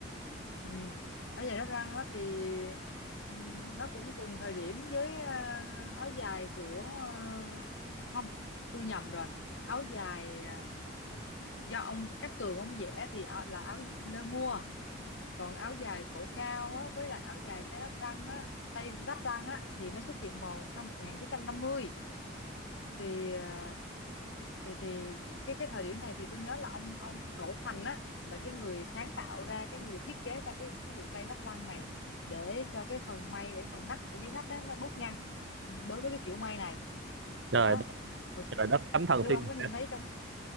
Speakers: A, on the left; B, on the right.
A: Ừ. Áo dài đắp răng á thì ừm, nó cũng cùng thời điểm với à, áo dài của à, không tôi nhầm rồi áo dài à, do ông Cát Tường ông vẽ thì áo- là áo lơ mua còn áo dài cổ cao á, với lại áo dài tay đắp răng á, tay đắp răng á thì nó xuất hiện vào năm 1950 thì à, thì thì cái cái thời điểm này thì tôi nhớ là ông ông Đỗ Thành á là cái người sáng tạo ra cái người thiết kế ra cái cái vụ tay ráp lăng này để cho cái phần may để phần nách ở dưới nách đó nó bớt nhăn đối với cái kiểu may này
B: trời
A: đó
B: đất
A: hồi xưa
B: trời đất thánh thần
A: hồi xưa
B: thiên
A: ông có nhìn
B: địa
A: thấy trong